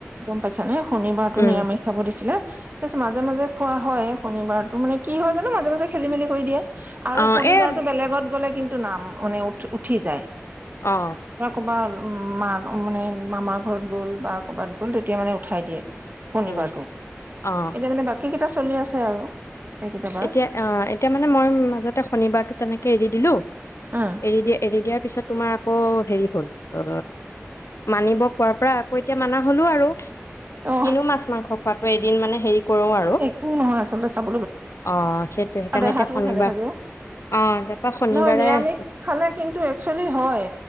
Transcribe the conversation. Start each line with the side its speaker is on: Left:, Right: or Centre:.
Right: গম পাইছ নে শনিবাৰতো
Left: উম
Right: নিৰামিষ খাব দিছিলে তাৰ পিছত মাজে মাজে খোৱা হয় শনিবাৰতো মানে কি হয় জানো মাজে মাজে খেলি মেলি কৰি দিয়ে আৰু
Left: অ
Right: শনিবাৰতটো
Left: এই
Right: বেলেগত গ'লে কিন্তু নাম মান উঠ উঠি যায়
Left: অ
Right: ৰক ভাল উ মা মানে মামাৰ ঘৰত গ'ল বা কৰ'বাত গ'ল তেতিয়া মানে উঠাই দিয়ে শনিবাৰটো
Left: উম অ
Right: এতিয়া মানে বাকী কেইটা চলি আছে আৰু এইকেইটা বাৰ
Left: এতিয়া আহ এতিয়া মানে মই মাজতে শনিবাৰতো তেনেকে এৰি দিলো
Right: উম,
Left: এৰি দিয়া এৰি দিয়াৰ পিছত তোমাৰ আকৌ হেৰি হ'ল অ মানিব কোৱাৰ পৰা আকৌ এতিয়া মানা হলো আৰু
Right: অ
Left: কিনো মাছ মাংস খোৱাাতোৱে দিন মানে হেৰি কৰো আৰু
Right: একো নহয় আচলতে চাব
Left: অ সেইটোৱে সেইকাৰণে
Right: দেহাটো
Left: এতিয়া শনিবাৰ
Right: ভালে থাকে
Left: অ তাৰপা শনিবাৰে
Right: নহয় নিৰামিষ খালে কিন্তু একুৱেলি হয়